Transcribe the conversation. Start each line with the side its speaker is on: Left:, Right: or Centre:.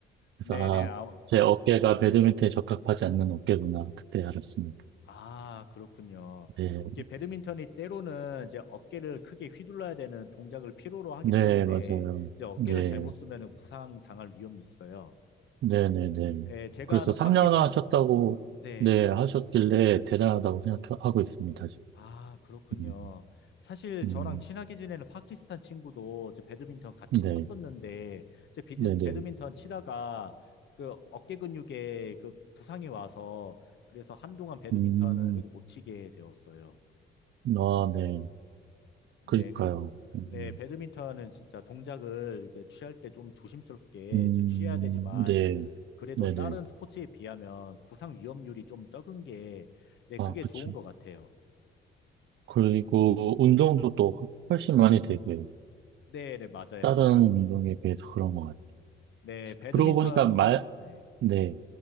Right: 그래서
Left: 네네. 아,
Right: 아, 제 어깨가 배드민턴에 적합하지 않는 어깨구나. 그때 알았습니다.
Left: 아, 그렇군요.
Right: 네,
Left: 이게 배드민턴이 때로는 이제 어깨를 크게 휘둘러야 되는 동작을 필요로 하기
Right: 네,
Left: 때문에
Right: 맞아요.
Left: 이제 어깨를
Right: 네,
Left: 잘못 쓰면 부상 당할 위험이 있어요.
Right: 네, 네, 네.
Left: 예, 제가
Right: 그래서
Left: 아는
Right: 3년을
Left: 파키스탄,
Right: 하셨다고,
Left: 네.
Right: 네, 하셨길래 대단하다고 생각하고 있습니다. 지금.
Left: 아, 그렇군요.
Right: 음,
Left: 사실
Right: 음,
Left: 저랑 친하게 지내는 파키스탄 친구도 제 배드민턴 같이
Right: 네,
Left: 쳤었는데, 제 비드,
Right: 네, 네.
Left: 배드민턴 치다가 그 어깨 근육에 그 부상이 와서 그래서 한동안 배드민턴을
Right: 음,
Left: 이거 못 치게 되었어요.
Right: 아, 네.
Left: 네,
Right: 그러니까요.
Left: 그래,
Right: 음.
Left: 네, 배드민턴은 진짜 동작을 그 취할 때 좀 조심스럽게
Right: 음,
Left: 이제 취해야 되지만,
Right: 네,
Left: 그래도
Right: 네네.
Left: 다른 스포츠에 비하면 부상 위험률이 좀 적은 게, 네,
Right: 아,
Left: 그게
Right: 그쵸.
Left: 좋은 것 같아요.
Right: 그리고 운동도 또 훨씬 많이 되고요.
Left: 네, 네, 맞아요.
Right: 다른 운동에 비해서 그런 것 같아요.
Left: 네, 배드민턴은
Right: 그러고 보니까 말,
Left: 네.
Right: 네,